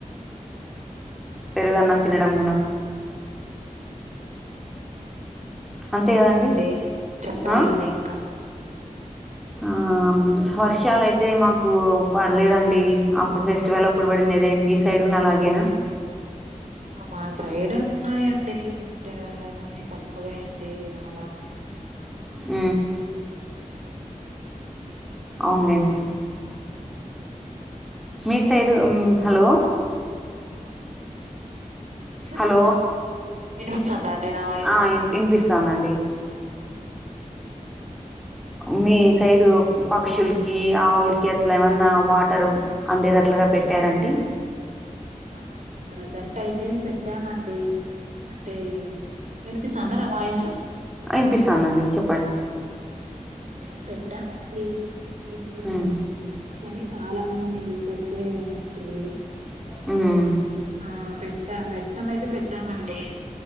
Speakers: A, on the right (about 65°); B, in the centre.
A: ఆ! కరెక్ట్
B: పెరుగు
A: అండి.
B: అన్నం తినడం గున
A: కరెక్ట్
B: అంతే కదండి
A: అండి చెప్పాలండి
B: ఆ?
A: ఇంకా
B: ఆ వర్షాలు అయితే మాకు పడలేదండి అప్పుడు ఫెస్టివల్ అప్పుడు పడిందిదే మీ సైడ్ కూడా అలాగేనా.
A: ఆ మా సైడ్ ఉన్నాయండి బట్ కానీ తక్కువే అండి చాలా
B: అ
A: మీ సైడ్ అండి?
B: అవును
A: మీ
B: లేండి
A: ఉన్నాయా?
B: మీ సైడు హలో
A: వినిపిత్తంద ఇస్రఫ్
B: హలో
A: వినిపిస్తుందా అండి నా
B: ఆ ఇ ఇన్పిస్ స్తానండి
A: హ
B: మీ సైడు పక్షులకి ఆవులకి అట్లా ఏమన్నా వాటర్ అందేదట్లాగా పెట్టారండి
A: ఆ ప్రజెంట్ అయితే పెట్టామండి అంటే వినిపిస్తుదా నా వాయిసు
B: వినిపిస్తుందిండి చెప్పండి
A: అంటే పెట్టామండి బట్
B: మ్,
A: కాని చాలా మంది పెడితే మంచిది
B: ఉమ్
A: ఆ పెట్ట పెట్టం అయితే పెట్టామండి